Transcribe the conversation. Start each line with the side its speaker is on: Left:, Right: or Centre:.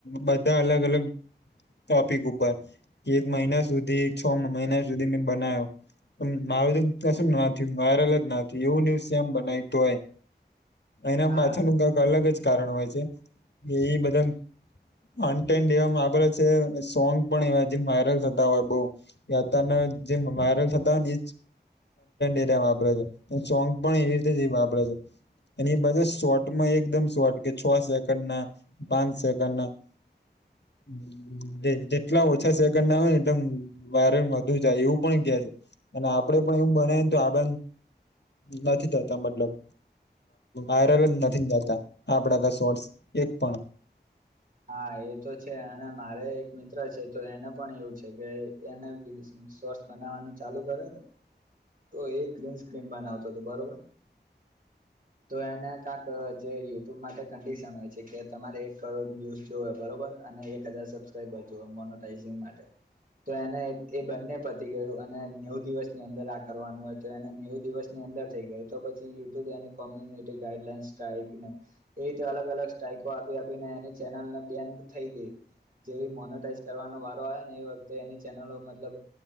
Left: બધા, અલગ, અલગ ટોપિક ઉપર, એક મહિના સુધી, છ મહિના સુધી મેં બના્યો મારુ કશું ના થયું જ ના એવું ન્યુઝમ બનાવીતું હોય એના
Right: હા
Left: પાછાનું કૈક અલગ જ કારણ હોય છે એ બધા અનટેડ એવા છે સોંગ પણ એવા જે વાયરલ થતા હોય બહ યાતાર જે વાયરલ થતા એ ક એિયા વાપરે છે સોંગ પણ એવી રીતે વાપરે છે એ એની બાજુ શોર્ટમાં એકદમ શોર્ટ કે છ સેકન્ડ ના, પાંચ સેકન્ડ ના <inaudible> જેટલા ઓછા સેકન્ડ ના હોય ને એકદમ વાયરલ વધુ જાય એવું પણ કે છે અને આપડે પણ એવું બનેને તો આંદ નથી થતા મતલબ આયુર્વેદ નથી જાતા આપડા શોટસ એક પણ
Right: હા એ તો છે અને મારે એક મિત્ર છે તો એને પણ એવું છે કે એને સ્થસ બનાવવાનું ચાલુ કરેને તો એ ગ્રીન સ્ક્રીન બનાવતો હતો બરોબર તો એને કાતો જે યુટ્યુબ માટે કંડિશન હોય છે કે તમારે એક કરોડ્ય જોવે બરોબર અને એક હજાર સબ્સ્ક્રાઇબ જોવે મોનોટઝ માટે તો એને એ બંને પતી ગયું અને નેવુ દિવસની અંદર આ કરવાનું હોય તો એને નેવુ દિવસની અંદર થઈ ગયું તો પછી યુટ્યુબની કોમ્યુનિટી ગાઈડલાઇન સ્ટાઇલને એવી રીતે અલગ અલગ સ્ટાઈલ આપી આપીને એની ચેનલ ને બેન્ડ થઈ ગઈ જેવી મોનોટાઈઝ કરવાનો વારો આવે ને એ વખતે એની ચેનલો મતલબ